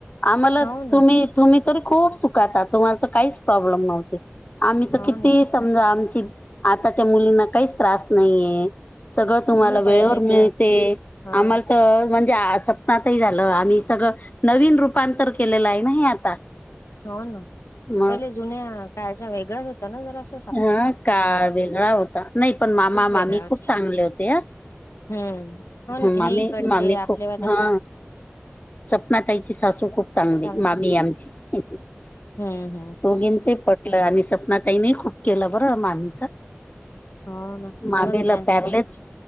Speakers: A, on the left; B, on the left.
A: आम्हाला
B: हो ना
A: तुम्ही. तुम्ही तरी खूप सुखात आहात, तुम्हाला तर काहीच प्रॉब्लेम नव्हते, आम्ही तर
B: हो
A: किती
B: ना
A: समजा आमची आताच्या मुलींना काहीच त्रास नाहीये सगळं तुम्हाला
B: हो ना
A: वेळेवर
B: पहिले
A: मिळते,
B: तर हा
A: आम्हाला तर म्हणजे असं नातही झालं आम्ही सगळं नवीन रूपांतर केलेलं आहे ना हे आता.
B: हो ना
A: मग
B: पहिले जुन्या काळच्या वेगळच होता ना जरास.
A: हा काळ वेगळा होता, नाही पण मामा
B: खूप वेगळा
A: मामी
B: होत
A: खूप चांगले होते हं!
B: हम्म हो
A: ह
B: ना
A: मामी
B: हे इकडचे
A: मामी
B: आपलेवाले
A: खूप हा. सपना ताईची सासू खूप चांगली,
B: चांगले
A: मामी आमची
B: हम्म हम्म
A: दोघींचे पट ल आणि सपना ताईने खूप केलं बरं मामीच.
B: हो ना
A: मामीला
B: सांगत होत्या
A: प्यारलेस
B: त्या त्यांना